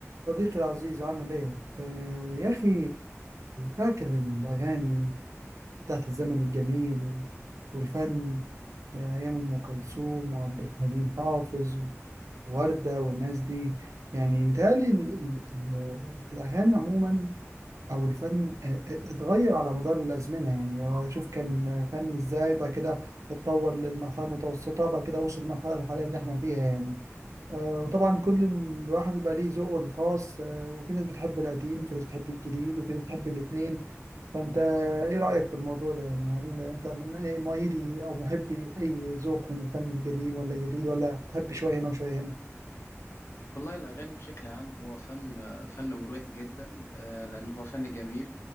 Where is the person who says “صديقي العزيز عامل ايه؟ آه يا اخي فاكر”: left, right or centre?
Right